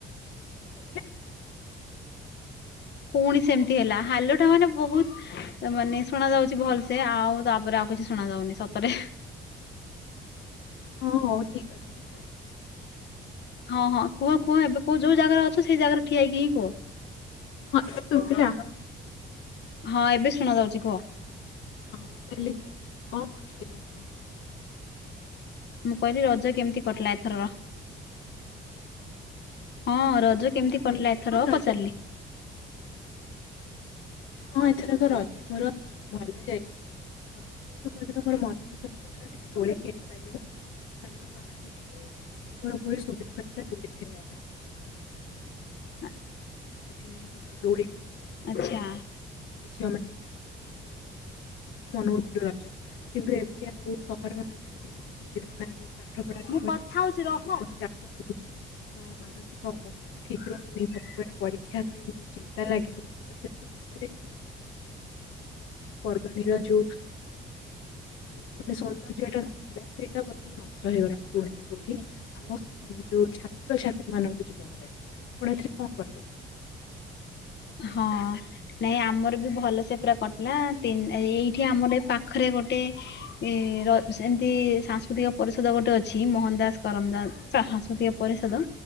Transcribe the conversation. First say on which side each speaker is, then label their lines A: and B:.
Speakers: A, on the left (about 85°); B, on the left (about 60°).
A: ଶୁଭିଲା
B: ପୁଣି ସେମିତି ହେଲା ହାଲୋଟା ମାନେ ବହୁତ ମାନେ ଶୁଣା ଯାଉଚି ଭଲସେ ଆଉ ତାପରେ ଆ ଆଉ କିଛି ଶୁଣା ଯାଉନି ସତରେ।
A: ହଁ ହଉ ଠିକ ଅଛି ଠିକ ଅଛି।
B: ହଁ ହଁ କୁହ କୁହ ଏବେ କୁହ ଯୋଉ ଜାଗାରେ ଅଛ ସେଇ ଜାଗାରେ ଠିଆଇକି ହିଁ କୁହ।
A: ହଁ ଏବେ ଶୁଭିଲା?
B: ହଁ ଏବେ ଶୁଣା ଯାଉଚି କୁହ।
A: ହଁ ମୁଁ କହିଲି କି କଣ କରୁଥିଲେ ଏବେ?
B: ମୁଁ କହିଲି ରଜ କେମିତି କଟିଲା ଏଥରର ହଁ। ରଜ
A: ହଁ
B: କେମିତି
A: ମୁଁ କହିଲି
B: କଟିଲା
A: କି
B: ଏଥର
A: ହଁ ରଜ
B: ପଚାରିଲି?
A: ହଁ ହଁ ଏଥରକ ରଜ ମୋର ଭଲ ରେ ଯାଇଛି ହଁ। କିନ୍ତୁ ମୁଁ ଏଥର ମୋର ମନ ଦୁଃଖ ଥିଲା ଟିକେ ଦୋଳି ଖେଳି ପାରିଲିନି କାରଣ ପାଖ ପାଖାପାଖି ଏଠି ଗୋର ସୁବିଧା ନଥିଲା ଦୂଳି ଖେଳିବାକୁ।
B: ହଁ।
A: ସେଠି ଦୋଳି
B: ଆଚ୍ଛା।
A: ଝିଅ ମାନେ ନଉଥିଲୁ ରଜ କିନ୍ତୁ ଏବେ ଆଉ ସହରମାନଙ୍କରେ ସେସବୁ ସୁବିଧା ନାହିଁ ପାଠ ପଢ଼ାର
B: ମୁଁ
A: ପୁଣି
B: କଥା ହଉଚି
A: ଅ,
B: ରହ।
A: ଉପରୁ ଚାପ ରହୁଛି ତ ମାନସିକ ଅବସ୍ଥା ବି ଠିକ୍ ରହୁନି
B: <inaudible>
A: ସବୁବେଳେ ପରୀକ୍ଷା ପାଇଁ ଚିନ୍ତା ଲାଗି ରହୁଛି ତ ସେସବୁ ବିଷୟରେ ପାଣିର ଯୋଉ ମାନେ ସୌନ୍ଦର୍ଯ୍ୟ ଟା ନ ଥିଲା। ସେଇଟା ବର୍ତ୍ତମାନ ନଷ୍ଟ ହେଇଗଲାଣି କୋଉଠି ନା କୋଉଠି ଆମ ଯୋଉ ଛାତ୍ରଛାତ୍ରୀ ମାନଙ୍କ ଜୀବନରେ ଆପଣ ଏଥିରେ କଣ କହିବେ?
B: ହଁ ନାଇଁ ଆମର ବି ଭଲ ସେ ପୁରା କଟିଲା ତିନ ଏଇଠି ଆମର ଏଇ ପାଖରେ ଗୋଟେ ଏ ର ଏମିତି ସାଂସ୍କୃତିକ ପରିଷଦ ଗୋଟେ ଅଛି ମୋହନ ଦାସ କରମ ଦାସ ସାହସ୍କୃତିକ ପରିଷଦ